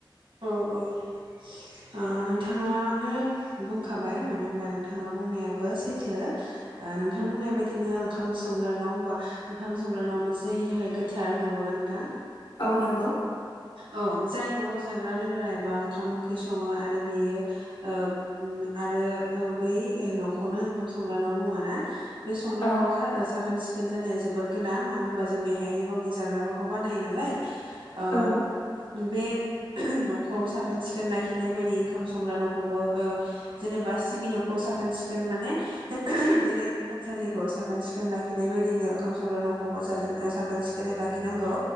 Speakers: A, on the right; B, on the left.
A: औ औ ओ नोंथाङानो बुंखाबाय मानो होनबा नोंथाङा बुंनायाबो सैथो। नोंथां बुंनाय बायदिनो ओंखाम सं न' होमबा ओंखाम संग्रा न'आ मोनसे जोंनि थाखाय गोथार नंगौना नोंथां?
B: औ नंगौ।
A: औ जाय नआव जाग्रा लोंग्रा एबा ओंखाम ओंख्रि सङो आरो बियो ओ आरो बै न'खौनो ओंखाम संग्रा न' बुङो ना? बे संग्रा
B: औ
A: न'आ सागोन सिख सिखोन जानाया जोबोद गोनां मानो होनबा जों बेहायनो गावनि जाग्रा फोरखौ बानायो नालाय। ओ
B: औ
A: बे न'खौ साखोन सिखोन लाखिनाय बायदि ओंखाम संग्रा न'खौबो ओ जेनेबा सिबि न'खौ साखोन सिखोन माने जेरै जों थानसालिखौ साखोन सिखोन लाखिनाय बायदिनो ओंखाम संग्रा न'खौबो साखोन सिखोनै लाखिनांगौ